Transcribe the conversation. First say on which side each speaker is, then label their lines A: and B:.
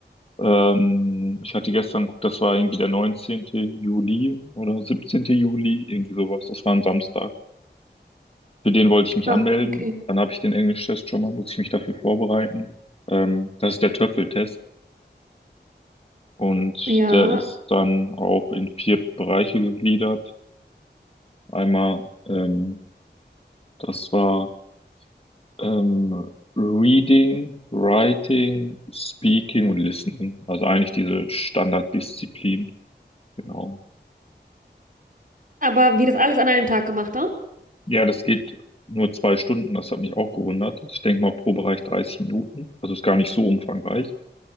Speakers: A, on the left (about 30°); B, on the right (about 50°).
A: Ähm, ich hatte gestern geguckt, das war irgendwie der 19. Juli oder 17. Juli, irgendwie sowas. Das war ein Samstag. Für den wollte ich mich
B: Ah,
A: anmelden.
B: okay.
A: Dann habe ich den Englisch-Test schon mal, muss ich mich dafür vorbereiten. Ähm, das ist der Töpfeltest und
B: Ja,
A: der ist dann auch in vier Bereiche gegliedert. Einmal, ähm, das war Ähm, Reading, Writing, Speaking und Listening. Also eigentlich diese Standarddisziplin. Genau.
B: aber wie das alles an einem Tag gemacht dann?
A: Ja, das geht nur zwei Stunden. Das hat mich auch gewundert. Ich denke mal pro Bereich 30 Minuten. Also ist gar nicht so umfangreich.